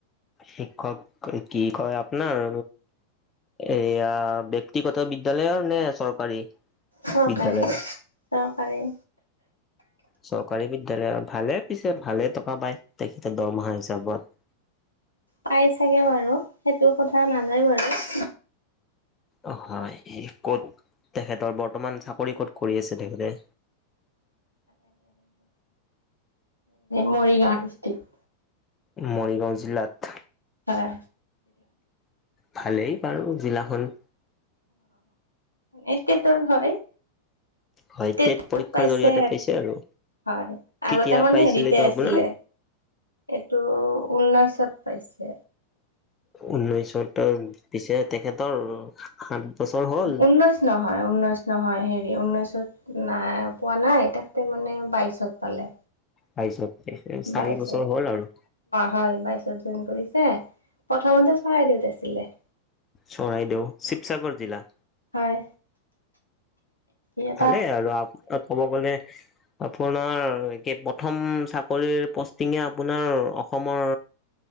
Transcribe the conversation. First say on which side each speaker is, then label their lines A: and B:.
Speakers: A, on the left; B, on the left.
A: শিক্ষক কি কয় আপোনাৰ এয়া ব্যক্তিগত বিদ্যয়ালয়ৰ নে চৰকাৰী
B: চৰকাৰী
A: বিদ্যালয়ৰ
B: চৰকাৰী
A: চৰকাৰী বিদ্যালয়ৰ ভালে পিছে ভালে টকা পায় তেখেতে দৰমহা হিচাপত
B: পাই চাগে বাৰু সেইটো সোধা নাযায় বাৰু
A: অ' হয় ক'ত তেখেতৰ বৰ্তমান চাকৰি ক'ত কৰি আছে তেখেতে
B: মৰিগাঁও দিচতিক
A: মৰিগাঁও জিলাত
B: হয়
A: ভালেই বাৰু জিলাখন
B: অ' টেটৰ হয়
A: হয়
B: টেটত
A: তেত পৰীক্ষাৰ
B: পাইছে
A: জৰিয়তে পাইছে আৰু
B: হয়
A: কেতিয়া
B: আগতে মানে
A: পাইছিল
B: হেৰিতে
A: এইটো
B: আছিলে
A: আপোনাৰ
B: এইটো ঊনৈশত পাইছে
A: উনৈশতৰ পিছে তেখেতৰ সাত বছৰ হ'ল
B: ঊনৈছ নহয় ঊনৈছ নহয় হেৰি ঊনৈছত নাই পোৱা নাই তেখেতে মানে বাইশত পালে
A: তাৰপিছত চাৰি
B: বাইশত
A: বছৰ হ'ল আৰু
B: হয় বাইছত জইন কৰিছে প্ৰথমতে চৰাইদেউত আছিলে
A: চৰাইদেউ শিৱসাগৰ জিলা
B: হয়। একে
A: ভালে আৰু ক'ব গ'লে আপোনাৰ এই প্ৰথম চাকৰিৰ পষ্টিঙে আপোনাৰ অসমৰ